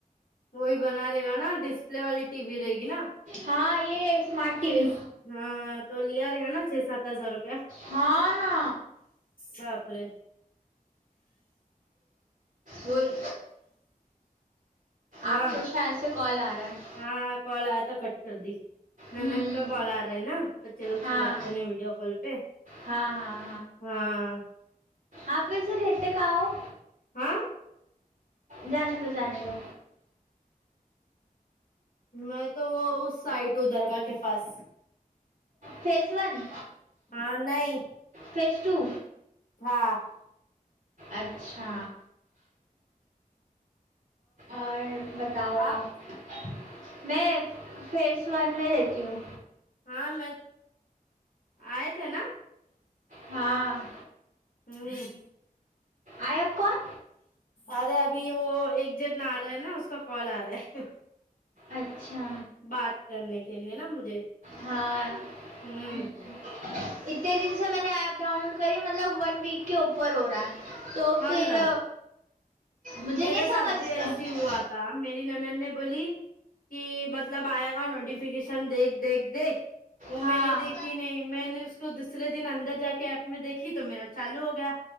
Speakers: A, on the left (about 70°); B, on the right (about 60°).
A: وہی بنا رہے گا نا ڈسپلے والی ٹی وی رہے گی نا
B: ہاں یہ اسمارٹ ٹی
A: چھ
B: وی
A: ہاں تو لیا رہے گا نا چھ سات ہزار روپیہ
B: ہاں نا
A: باپ رے
B: وہی
A: ہاں
B: آپ کو شاید سے کال آ رہا ہے
A: ہاں کال آیا تھا کٹ کر دی نند
B: ہوں ہوں
A: کا کال آ رہا ہے نا بچے لوگ
B: ہاں
A: سے بات کرنے ہیں ویڈیو کال پہ
B: ہاں ہاں
A: ہاں
B: آپ ویسے رہتے کہاں ہو
A: ہاں
B: جانے دو جانے دو
A: میں تو وہ اس سائٹ وہ درگاہ کے پاس
B: فیس ون
A: ہاں نہیں
B: فیس ٹو
A: ہاں
B: اچھا اور بتاؤ آپ
A: آپ
B: میں فیس سون میں رہتی ہوں
A: ہاں میں آئے تھے نا
B: ہاں
A: ہمم
B: آیت کون
A: ارے ابھی وہ ایک جن آ رہا ہے نا اس کا کال آ رہا ہے
B: اچھا
A: بات کرنے کے لیے نا مجھے
B: ہاں
A: امم
B: اتنے دن سے میں نے ایپ ڈاؤن لوڈ کری مطلب ون ویک کے اوپر ہو رہا ہے تو پھر
A: اللہ
B: مجھے
A: میرے
B: نہیں سمجھتے
A: ساتھ بھی ایسی ہوا تا میری ننند نے بولی کہ مطلب آئے گا نوٹیفکیشن ن دیکھ دیکھ دیکھ وہ میں
B: ہاں
A: نے دیکھی نہیں میں نے تو دوسرے دن اندر جا کے ایپ میں دیکھی تو میرا چالو ہو گیا